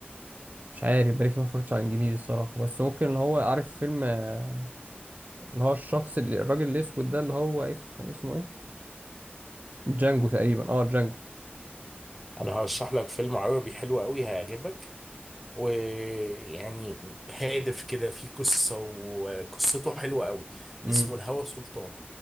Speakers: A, on the right; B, in the centre.
A: مش عارف بالك ما اتفرجتش على الانجليزي الصراحة بس ممكن اللي هو عارف فيلم آه، اللي هو الشخص اللي الراجل الاسود ده اللي هو اسمه كان اسمه ايه جانجو تقريبا اه جانجو
B: انا هرشح لك فيلم عربي حلو قوي هيعجبك ويعني هادف كده فيه قصة وقصته حلوة قوي
A: امم
B: اسمه الهوى سلطان